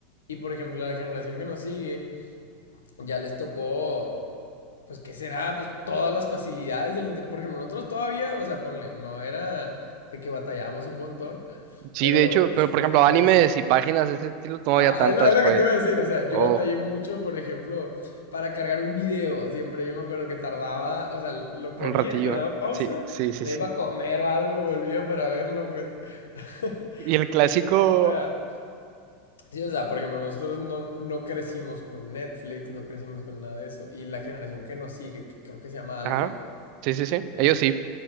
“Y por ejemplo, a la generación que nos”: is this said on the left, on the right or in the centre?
Left